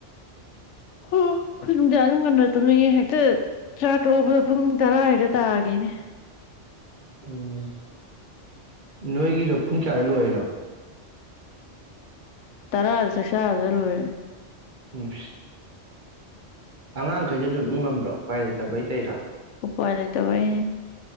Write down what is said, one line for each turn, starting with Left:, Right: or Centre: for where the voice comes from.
Left: ꯍꯝ ꯅꯨꯡꯗ ꯑꯗꯨꯝ ꯉꯟꯅ ꯇꯨꯝꯅꯤꯡꯉꯦ ꯍꯦꯛꯇ ꯆꯥ ꯇꯣꯂꯛꯄꯗ ꯄꯨꯡ ꯇꯔꯥ ꯍꯗ ꯇꯥꯒꯦꯅꯦ <unintelligible>
Right: ꯎꯝ ꯅꯣꯏꯒꯤꯗꯣ ꯄꯨꯡ ꯀꯌꯥꯒꯂꯨ ꯍꯥꯏꯅꯣ
Left: ꯇꯔꯥꯗ ꯆ ꯆꯗ ꯂꯣꯏꯔꯦ
Right: ꯎꯝ ꯑꯉꯥꯡꯈꯩꯁꯨꯁꯨ ꯑꯗꯨꯝ ꯉꯝꯕ꯭ꯔꯣ ꯎꯄꯥꯏ ꯂꯩꯇꯕꯩ ꯇꯩꯔꯥ
Left: ꯎꯄꯔ ꯇꯕꯥꯏꯅꯤ